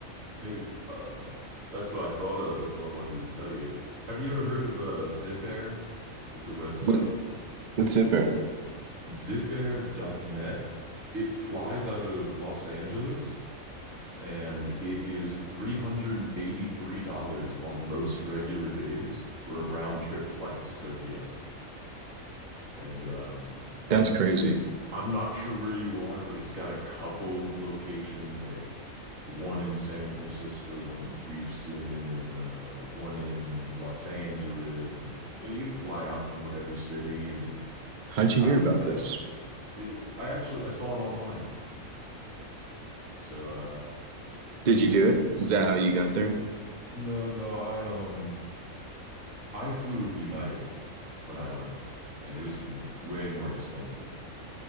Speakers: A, on the right; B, on the right.
A: Hey, uh, that's what I thought of. That's what I wanted to tell you. Have you ever heard of uh, Zipair? It's a website.
B: What what's it there?
A: zipair dot net. It flies out of Los Angeles and it is $383 on most regular days for a round trip flight to Tokyo. And um,
B: That's crazy.
A: I'm not sure where you are, but it's got a couple of locations, like one in San Francisco, one in Houston, uh, one in Los Angeles, and you know, you could fly out from whatever city. And
B: How'd you
A: after
B: hear about
A: that,
B: this?
A: it, I actually I saw it online. So uh,
B: Did you do it? Is that how you got there?
A: no, no, I um I flew with United when I went, and it was w- way more expensive.